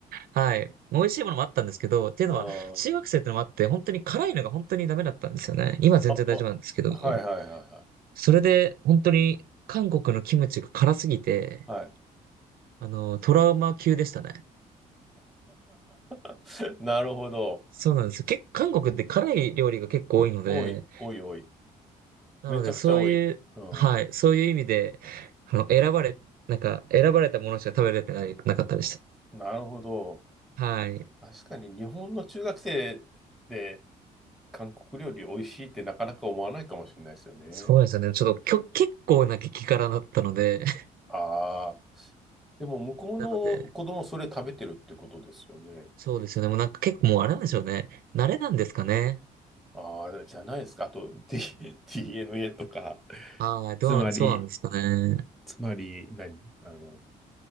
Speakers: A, on the right (about 60°); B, in the centre.
A: はい。美味しいものもあったんですけど、っていうのは、
B: ああ。
A: 中学生ってのもあって、本当に辛いのが本当にダメだったんですよね。今全然大丈夫なんですけど、
B: あ、あはいはいはいは
A: それで本当に韓国のキムチが辛すぎて、
B: い。はい。
A: あの、トラウマ級でしたね。
B: <laughs> なるほど。
A: そうなんですよ。結韓国って辛い料理が結構多いので、
B: 多い、多い、多い。
A: なので、
B: めちゃくちゃ多い。
A: そういう、
B: うん。
A: はい、そういう意味で、あの、選ばれ、なんか、選ばれたものしか食べれてない、なかったでし
B: なるほど。
A: た。はい。
B: 確かに日本の中学生で韓国料理美味しいってなかなか思わないかもしれないですよね。
A: そうですよね。ちょっと、きょ、結構な激辛だったので、
B: ああ。でも向こうの子供それ食べてるってことですよね。
A: <laughs> なので、そうですよね。もうなんか結構もうあれなんでしょうね。慣れなんですかね。
B: ああ、じゃないですか。あと、D、DNA とか。
A: はい、どう、
B: つまり、
A: そうなんですかね。
B: つまり何あの、